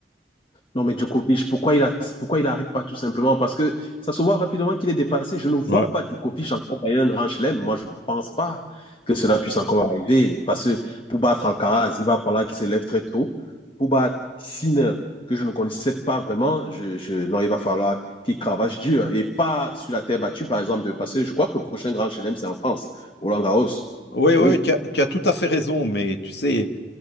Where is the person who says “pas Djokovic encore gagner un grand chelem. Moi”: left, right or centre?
Left